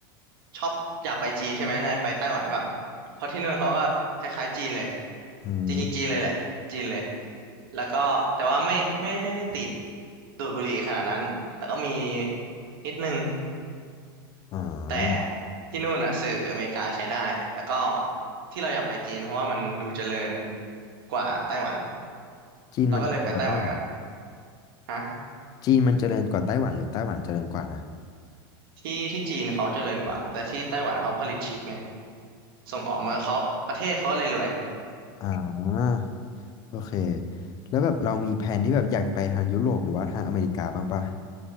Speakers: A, on the right; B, on the left.
A: ชอบอยากไปจีนใช่ไหมนายไปไต้หวันก่อนเพราะที่นู่นเขาก็คล้ายๆจีนเลย
B: อืม
A: จริงๆจีนเลยแหละจีนเลยแล้วก็แต่ว่าไม่ไม่ไม่ได้ติดดูดบุหรี่ขนาดนั้นแต่ก็มีนิดนึง
B: อ่า
A: แต่ที่นู่นน่ะสื่ออเมริกาใช้ได้แล้วก็ที่เราอยากไปจีนเพราะว่ามันดูเจริญกว่าไต้หวัน
B: จีนมันเจริญกว่าไต้หวันเหรอ
A: เราก็เลยไปไต้หวันก่อนฮะ
B: จีนมันเจริญกว่าไต้หวันหรือไต้หวันเจริญกว่านะ
A: ที่ที่จีนเขาเจริญกว่าแต่ที่ไต้หวันเขาผลิตชิปไงส่งออกมาเขาประเทศเขาก็เลยรวย
B: อ่าโอเค แล้วแบบเรามีแผนที่แบบอยากไปทางยุโรปหรือว่าทางอเมริกาบ้างปะ